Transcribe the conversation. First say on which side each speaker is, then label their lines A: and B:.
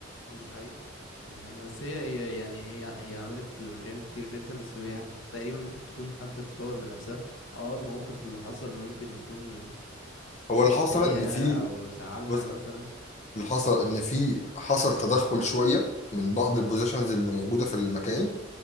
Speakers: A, on the left; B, on the left.
A: دي حقيقة دي حقيقة بس هي هي يعني هي هي عملت المريان كتير جدا بس هي هت... تقريبا ممكن تكون حبت تطور من نفسها اه الموقف اللي حصل ممكن يكون
B: هو
A: ضايقها
B: اللي حصل ان في
A: او زعلها
B: بص
A: مثلا
B: اللي حصل ان في حصل تدخل شويه من بعض البوزيشنز اللي موجوده في المكان